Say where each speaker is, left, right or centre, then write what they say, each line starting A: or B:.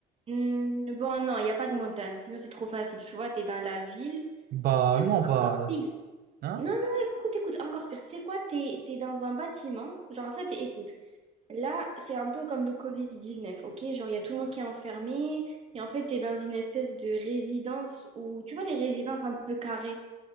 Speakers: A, on the right; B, on the right.
A: Hmm, bon, non, il n'y a pas de montagne. Sinon, c'est trop facile. Tu vois, t'es dans la ville.
B: Bah,
A: C'est quoi
B: non, bah...
A: encore pire?
B: c'est- Hein?
A: Non, non, non, écoute, écoute, encore pire. Tu sais quoi, t'es, t'es dans un bâtiment. Genre, en fait, écoute, là, c'est un peu comme le covid dix-neuf, ok? Genre, il y a tout le monde qui est enfermé. Et en fait, t'es dans une espèce de résidence où, tu vois, les résidences un peu carrées.